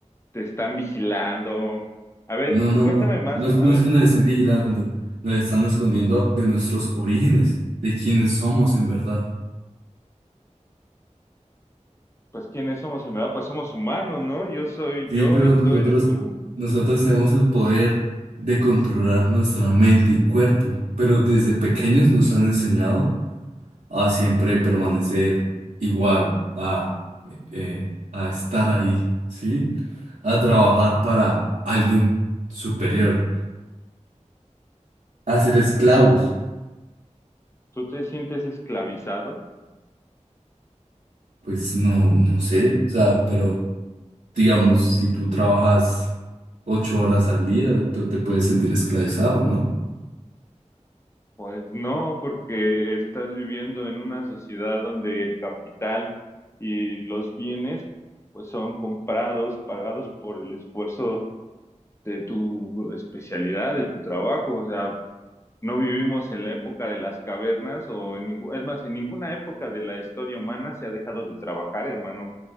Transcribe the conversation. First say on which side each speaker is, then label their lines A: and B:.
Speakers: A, on the left; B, on the right.
A: te están vigilando? A ver,
B: No, no,
A: cuéntame
B: no.
A: más.
B: No, es
A: A
B: no
A: ver,
B: es que nos estén vigilando, nos están escondiendo de nuestros orígenes, de quiénes somos en verdad.
A: pues ¿quiénes somos en verdad? Pues somos humanos, ¿no? Yo soy
B: Sí,
A: yo
B: pero
A: y
B: nosotros,
A: tú eres tú.
B: nosotros tenemos el poder de controlar nuestra mente y cuerpo, pero desde pequeños nos han enseñado a siempre permanecer igual, a, eh, a estar ahí, ¿sí? A trabajar para alguien superior, a ser esclavos.
A: ¿Tú te sientes esclavizado?
B: Pues no, no sé, o sea, pero... digamos, si tú trabajas ocho horas al día, tú te puedes sentir esclavizado, ¿no?
A: Pues no, porque estás viviendo en una sociedad donde el capital y los bienes pues son comprados, pagados por el esfuerzo de tu especialidad, de tu trabajo. O sea, no vivimos en la época de las cavernas o en ningú- es más, en ninguna época de la historia humana se ha dejado de trabajar, hermano.